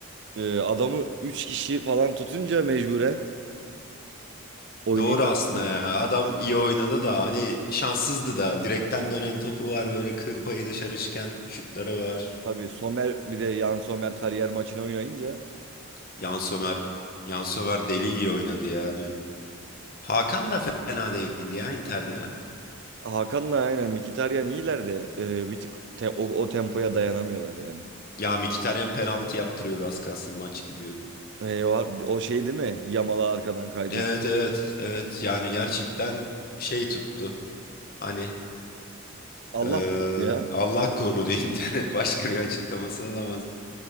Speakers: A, on the right; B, on the left.
A: e, adamı 3 kişi falan tutunca mecburen oynayamıyor.
B: Doğru aslında
A: Yani.
B: ya. Adam iyi oynadı da hani şanssızdı da. Direkten dönen topu var böyle kıl payı dışarı çıkan şutları var.
A: Tabii Somer bir de Yan Somer kariyer maçını oynayınca
B: Yan Sömer, Yan Sömer deli iyi oynadı ya dün. Hakan da fena değildi ya Inter'de.
A: Hakan'la aynen Mkhitaryan iyiler de e, bir tık te- o, o tempoya dayanamıyorlar yani.
B: Ya Mkhitaryan penaltı yaptırıyordu az kalsın maç gidiyordu.
A: E, var, o şey değil mi? Yamal'a arkadan kaydı.
B: Evet evet evet yani gerçekten şey tuttu. Hani
A: Allah
B: Ee,
A: korusun ya.
B: Allah korudu Inter'in <laughs> başka bir açıklaması olamaz.